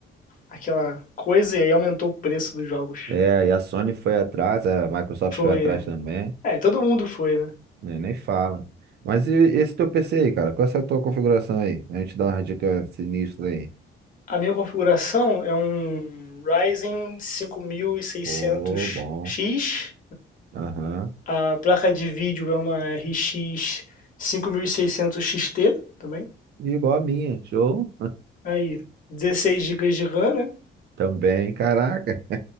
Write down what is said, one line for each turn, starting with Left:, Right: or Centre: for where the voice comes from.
Left: aquela coisa e aí aumentou o preço dos jogos.
Right: é, e a Sony foi atrás, a Microsoft
Left: Foi,
Right: foi atrás também,
Left: é, todo mundo foi, né?
Right: né? Nem fala. Mas e esse teu PC aí, cara? Qual é a tua configuração aí? A gente dá uma dica sinistra aí.
Left: A minha configuração é um Ryzen 5600X
Right: Pô, bom. Aham.
Left: A placa de vídeo é uma RX 5600 XT também.
Right: Igual a minha, show.
Left: Aí, 16 gigas de RAM, né?
Right: Também, caraca.